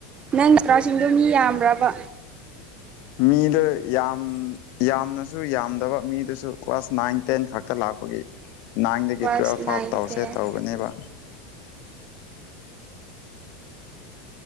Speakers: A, on the right; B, on the left.
A: ꯅꯪꯒꯤ ꯇ꯭ꯔꯥꯎꯁꯤꯡꯗꯣ ꯃꯤ ꯌꯥꯝꯕ꯭ꯔꯕ
B: ꯃꯤꯗ ꯌꯥꯝ ꯌꯥꯝꯅꯁꯨ ꯌꯥꯝꯗꯕ ꯃꯤꯗꯨꯁꯨ ꯀ꯭ꯂꯥꯁ ꯅꯥꯏꯟ ꯇꯦꯟ ꯈꯛꯇ ꯂꯥꯛꯄꯒꯤ ꯅꯥꯏꯟꯗꯒꯤ
A: ꯀ꯭ꯂꯥꯁ
B: ꯇꯨꯋꯦꯜꯐ
A: ꯅꯥꯏꯟ
B: ꯐꯥꯎ ꯇꯧꯁꯦ
A: ꯇꯦꯟ
B: ꯇꯧꯕꯅꯦꯕ